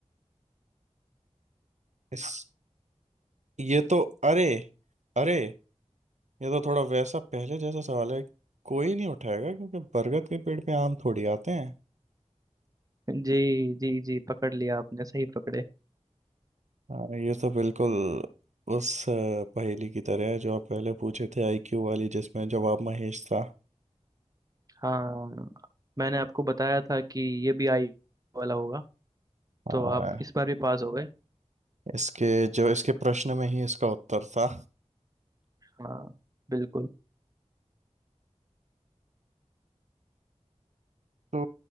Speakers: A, on the right; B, on the right.
A: इस ये तो अरे अरे ये तो थोड़ा वैसा पहले जैसा सवाल है कोई नहीं उठाएगा क्योंकि बरगद के पेड़ पे आम थोड़ी आते हैं
B: जी जी जी पकड़ लिया आपने सही पकड़े
A: हाँ, ये तो बिल्कुल उस अ, पहेली की तरह है जो आप पहले पूछे थे आईक्यू वाली जिसमें जवाब महेश था
B: हाँ मैंने आपको बताया था कि ये भी आई वाला होगा
A: हाँ,
B: तो आप इस बार भी पास हो गए
A: इसके जो इसके प्रश्न में ही इसका उत्तर था
B: हाँ बिल्कुल
A: तो